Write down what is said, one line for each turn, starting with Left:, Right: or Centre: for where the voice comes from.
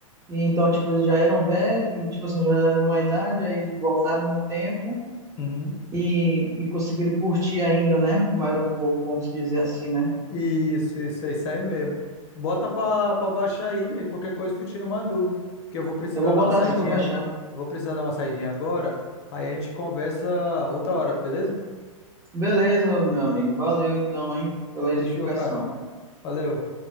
Right: E então, tipo, eles já eram velhos, tipo assim, já eram de uma idade, aí voltaram no tempo.
Left: uhum.
Right: e, e conseguiram curtir ainda, né? Mais um pouco, vamos dizer assim, né?
Left: Isso, isso, é isso aí mesmo. Bota pra, pra baixar aí, e qualquer coisa tu tira uma dúvida. Porque eu vou precisar
Right: Eu vou
Left: dar
Right: botar
Left: uma saidinha.
Right: assim para baixar.
Left: eu Vou precisar dar uma saidinha agora. Aí a gente conversa outra hora, beleza?
Right: Beleza, meu amigo. Valeu então, hein, pela
Left: Fechou,
Right: indicação.
Left: cara. Valeu.